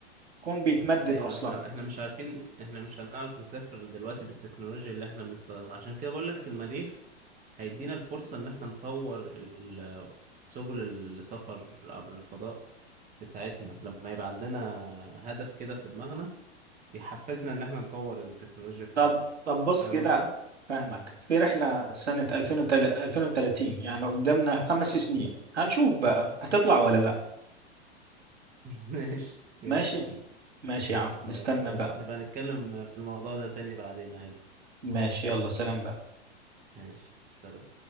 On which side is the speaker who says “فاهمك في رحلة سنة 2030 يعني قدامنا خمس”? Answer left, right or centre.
Right